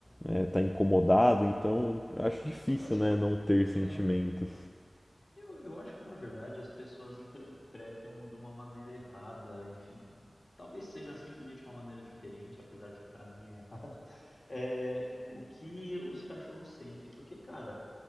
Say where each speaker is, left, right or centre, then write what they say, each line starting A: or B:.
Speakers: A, on the left; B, on the left.
A: É, tá incomodado, então
B: E
A: acho difícil,
B: eu acho,
A: né? Não ter sentimentos.
B: é, eu, eu acho que, na verdade, as pessoas interpretam de uma maneira errada, enfim. Talvez seja simplesmente uma maneira diferente, apesar de que pra mim é errada, <laughs> é, o que os cachorros sentem. Porque, cara,